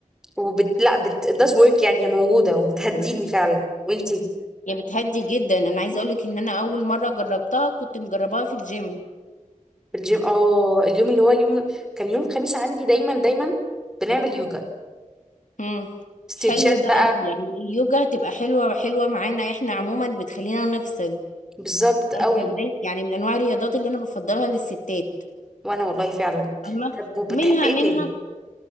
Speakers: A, in the centre; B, on the left.
A: وبت لا بت does work يعني موجوده وبتهديني فعلا وانتي
B: يا بتهدي جدا انا عايزه اقولك ان انا اول مره جربتها كنت مجرباها في الجيم
A: في الجيم اه اليوم اللي هو اليوم كان يوم الخميس عندي دايما دايما بنعمل يوجا
B: امم
A: ستريتشات
B: حلو ده
A: بقى
B: قوي يعني اليوجا هتبقى حلوه حلوه معانا احنا عموما بتخلينا نفصل
A: بالظبط
B: فاهمة
A: قوي
B: ازاي يعني من انواع الرياضات اللي انا بفضلها للستات
A: وانا والله فعلا
B: فاهمة
A: طب وبتحبي
B: منها
A: ايه
B: منها
A: تاني